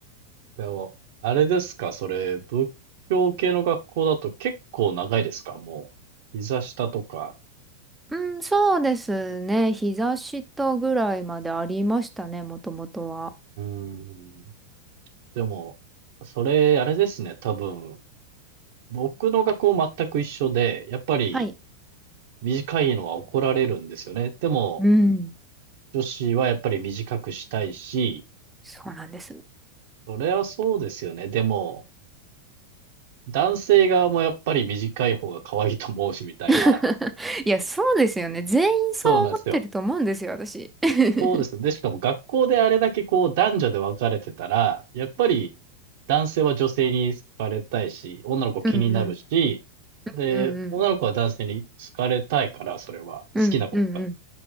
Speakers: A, on the right; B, in the centre.
A: でも、あれですか、それ、仏教系の学校だと結構長いですか、もう。膝下とか。
B: うん、そうですね。膝下ぐらいまでありましたね、もともとは。
A: うーん。でも、それ、あれですね、多分。僕の学校全く一緒で、やっぱり
B: はい。
A: 短いのは怒られるんですよね。でも、
B: うん、
A: 女子はやっぱり短くしたいし、
B: そうなんです。
A: それはそうですよね。でも、男性側もやっぱり短い方が可愛いと思うし、みたいな。
B: <laughs> いや、そうですよね。全員そう思ってると思うんですよ、
A: そうなんですよ。
B: 私。<laughs>
A: そうですね。で、しかも学校であれだけこう男女で分かれてたら、やっぱり男性は女性に好かれたいし、女の子気になるし、
B: うんうん。
A: で、
B: うんうん。
A: 女の子は男性に好かれたいから、それは。
B: うんうんうん。
A: 好きなことが。